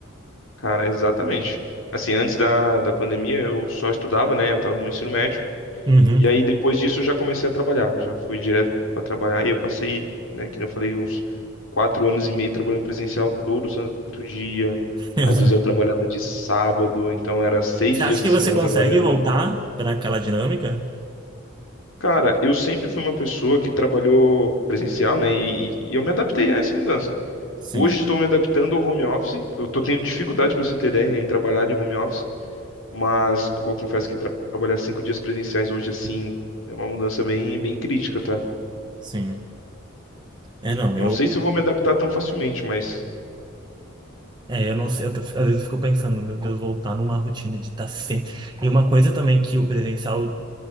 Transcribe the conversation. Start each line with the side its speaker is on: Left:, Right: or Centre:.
Left: Cara, exatamente. Assim, antes da, da pandemia eu só estudava, né? Eu tava no meu ensino médio.
Right: Uhum.
Left: E aí depois disso eu já comecei a trabalhar, já fui direto pra trabalhar e eu passei, né, que nem eu falei, uns quatro anos e meio trabalhando presencial todo santo dia.
Right: <laughs> Eu-
Left: Às
Right: também.
Left: vezes eu trabalhava de sábado, então era seis
Right: Você
Left: dias
Right: acha que
Left: na semana
Right: você consegue
Left: trabalhando.
Right: voltar para aquela dinâmica?
Left: Cara, eu sempre fui uma pessoa que trabalhou presencial, né? E, e eu me adaptei a essa mudança.
Right: Sim,
Left: Hoje estou me adaptando ao home office. Eu estou tendo dificuldade, para você ter ideia, em trabalhar de home office. Mas co- eu confesso que tra- trabalhar cinco dias presenciais hoje, assim, é uma mudança bem, bem crítica, tá?
Right: sim. É, não,
Left: Não
Right: eu
Left: sei se eu vou me adaptar tão facilmente, mas.
Right: É, eu não sei, eu tô- às vezes eu fico pensando, meu Deus, voltar numa rotina de estar sempre. E uma coisa também que o presencial